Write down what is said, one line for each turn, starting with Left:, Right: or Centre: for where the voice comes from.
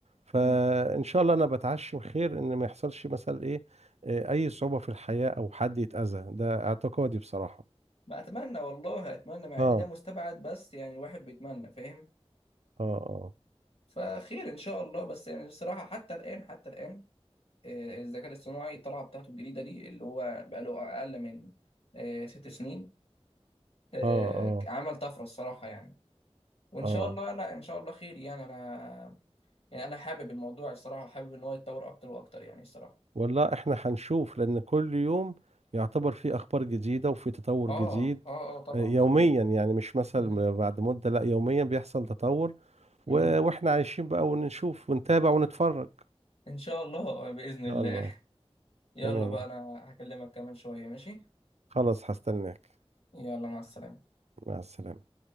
Right: فان
Left: مم.
Right: شاء الله انا بتعشم خير ان ما يحصلش مثلا ايه آه، اي صعوبه في الحياه او حد يتاذى ده اعتقادي بصراحه
Left: ما اتمنى والله اتمنى مع
Right: اه
Left: ان ده مستبعد بس يعني الواحد بيتمنى فاهم
Right: اه اه
Left: فخير ان شاء الله بس يعني الصراحة حتى الآن حتى الآن آه، الذكاء الاصطناعي الطلعه بتاعته الجديده دي اللي هو بقاله اقل من آه، ست سنين آه،
Right: اه اه
Left: عمل طفره الصراحه يعني وان
Right: اه
Left: شاء الله لا ان شاء الله خير يعني انا يعني انا حابب الموضوع الصراحه حابب ان هو يتطور اكتر واكتر يعني الصراحه
Right: والله احنا هنشوف لان كل يوم يعتبر فيه اخبار جديدة وفي تطور
Left: اه
Right: جديد
Left: اه اه طبعا
Right: آه، يوميا
Left: طبعا
Right: يعني مش مثلا
Left: مم.
Right: بعد مدة لا يوميا بيحصل تطور
Left: مم.
Right: و... واحنا عايشين بقى ونشوف ونتابع ونتفرج
Left: ان شاء الله باذن الله
Right: ان شاء الله
Left: <laughs> يلا
Right: تمام
Left: بقى انا هكلمك كمان شويه ماشي
Right: خلاص هستناك
Left: يلا مع السلامه
Right: مع السلامة